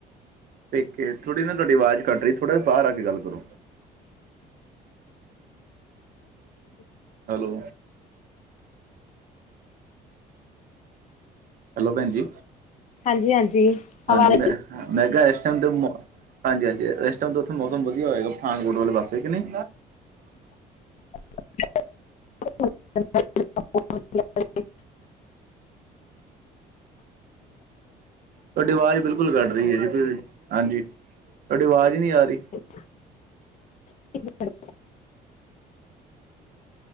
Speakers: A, on the right; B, on the left.
A: ਪੇਕੇ ਥੋੜੀ ਨਾ ਤੁਹਾਡੀ ਆਵਾਜ਼ ਕੱਟ ਰ ਥੋੜਾ ਬਾਹਰ ਕੇ ਗੱਲ ਕਰੋ
B: ਅਛਾ
A: ਹੈਲੋ ਹੈਲੋ ਭੈਣ ਜ
B: ਹਾਂਜੀ ਹਾਂਜੀ
A: ਹਾਂਜੀ
B: ਆਵਾਜ਼
A: ਮੈਂ ਮੈਂ ਕਿਹਾ ਇਸ ਟਾਈਮ ਦੇ ਹਾਂਜੀ ਹਾਂਜੀ ਇਸ ਟਾਈਮ ਤੇ ਉਥੇ ਮੌਸਮ ਵਧੀਆ ਹੋਏਗਾ ਪਠਾਨਕੋਟ ਵਾਲੇ ਪਾਸੇ ਕਿ ਨਹੀਂ
B: <unintelligible>
A: ਤੁਹਾਡੀ ਆਵਾਜ਼ ਬਿਲਕੁਲ ਕਰ ਹਾਂਜੀ ਤੁਹਾਡੀ ਆਵਾਜ਼ ਹੀ ਨਹੀਂ ਆ ਰਹੀ
B: <inaudible>